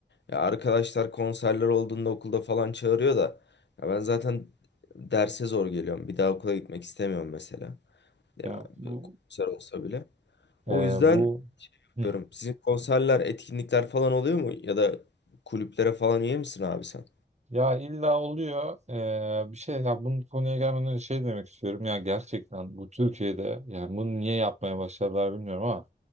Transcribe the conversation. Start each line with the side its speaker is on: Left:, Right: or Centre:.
Left: Ya arkadaşlar konserler olduğunda okulda falan çağırıyor da ya ben zaten derse zor geliyorum. Bir daha okula gitmek istemiyorum mesela. Ya
Right: Ya bu
Left: bir konser olsa bile.
Right: e,
Left: O yüzden
Right: bu Hı.
Left: diyorum. Sizin konserler, etkinlikler falan oluyor mu? Ya da kulüplere falan üye misin abi sen?
Right: ya illa oluyor E, bir şey ya bunun konuya gelmeden önce şey demek istiyorum ya gerçekten bu Türkiye'de yani bunu niye yapmaya başladılar bilmiyorum ama